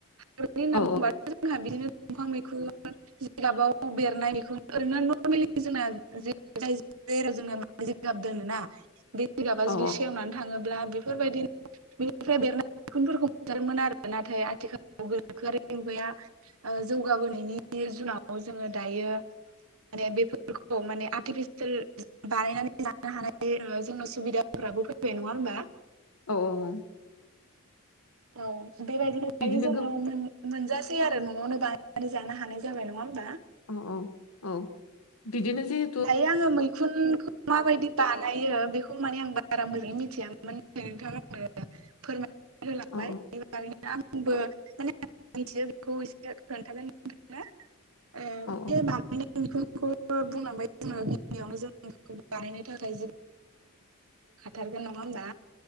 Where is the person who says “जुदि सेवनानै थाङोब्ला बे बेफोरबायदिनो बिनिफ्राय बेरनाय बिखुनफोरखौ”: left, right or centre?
Right